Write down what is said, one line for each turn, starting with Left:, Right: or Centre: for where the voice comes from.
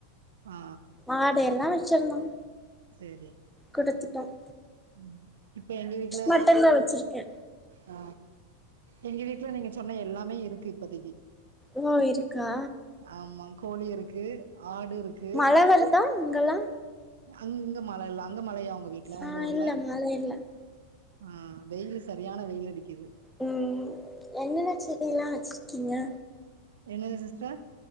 Right: ஆ
Centre: மாடு எல்லாம் வச்சிருந்தோம்
Right: செரி
Centre: குடுத்துட்டோம்
Right: ம் இப்ப எங்க வீட்டுல
Centre: மட்டுந்தா வச்சிருக்கே
Right: ஆ எங்க வீட்டுல நீங்க சொன்ன எல்லாமே இருக்கு இப்பதிக்கி
Centre: ஓ இருக்கா
Right: ஆமா கோழி இருக்கு ஆடு இருக்கு
Centre: மழ வருதா அங்கல்லா
Right: அங்க மழயில்ல அங்க மழையா உங்க வீட்டுல
Centre: ஆ
Right: உங்க ஊர்ல
Centre: இல்ல மழ இல்ல
Right: ஆ வெயிலு சரியான வெயிலடிக்குது
Centre: உம் என்னென்ன செடி எல்லா வச்சிருக்கீங்க
Right: என்னது சிஸ்டர்